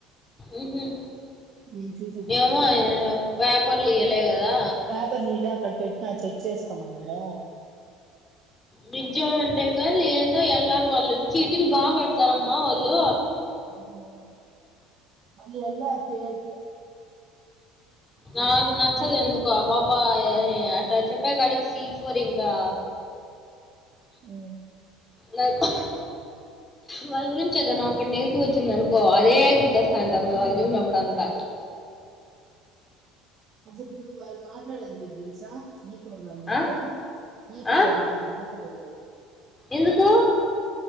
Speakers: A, on the left (about 20°); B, on the right (about 45°).
A: ఉహు
B: నేను చూసేసి
A: ఏమో
B: వచ్చా
A: ఆయన పేపర్లు ఇయ్యలే కదా
B: పేపర్ తీయలే అక్కడ పెట్టినా చెక్ చేసుకోమన్నాడా
A: నిజం అంటే కాదు ఏందో ఎల్ ఆర్ వాళ్ళు చీటిలు బాగా పడతారమ్మా వాళ్ళు
B: అవును మళ్ళీ ఎ ల్ ఆర్ పెరికి
A: నాకు నచ్చదు ఎందుకో పాప అట్ట చెప్పాకడికి సి ఫోర్ ఇంకా
B: ఉ
A: నాకు వాళ్ళ గురించి ఏదైనా ఒకటి నెగిటివ్ వచ్చింది అనుకో అదే గుర్తొస్తా అంటాది వాళ్ళు చూసినప్పుడు అంతా
B: అసలు ఇప్పుడు వాళ్ళు మాట్లాడేది ఏంటిది తెలుసా ఈ ఫోర్ వాళ్ళు మాతో
A: ఆ
B: ఈ ఫోర్
A: ఆ
B: వాళ్ళు మాతో <inaudible>
A: ఎందుకు